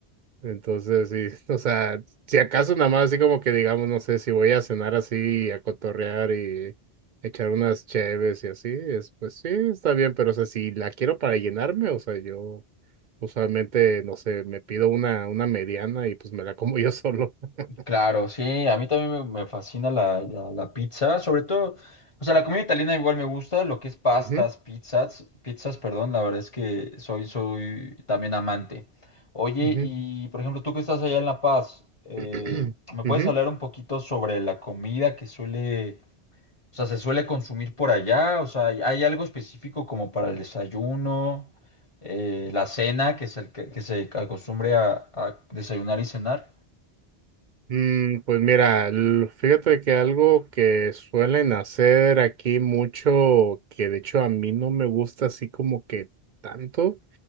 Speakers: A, on the right (about 55°); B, on the left (about 30°).
A: Entonces, sí, <laughs> o sea, si acaso nada más así como que digamos, no sé, si voy a cenar así, a cotorrear y echar unas cheves y así, es, pues sí, está bien, pero o sea, si la quiero para llenarme, o sea, yo usualmente, no sé, me pido una, una mediana y pues me la como yo solo. <laughs>
B: Claro, sí, a mí también me, me fascina la, la- la pizza, sobre todo, o sea, la comida italiana igual me gusta, lo que es pastas,
A: Ujú,
B: pizzas, pizzas, perdón, la verdad es que soy, soy también amante. Oye,
A: ujú,
B: y por ejemplo, tú que estás allá en La Paz, eh,
A: <clears throat>
B: ¿me puedes
A: ujú.
B: hablar un poquito sobre la comida que suele, o sea, se suele consumir por allá? O sea, ¿hay hay algo específico como para el desayuno, eh, la cena, que se, que, que se acostumbre a a desayunar y cenar?
A: Mm, pues mira, l- fíjate que algo que suelen hacer aquí mucho, que de hecho a mí no me gusta así como que tanto.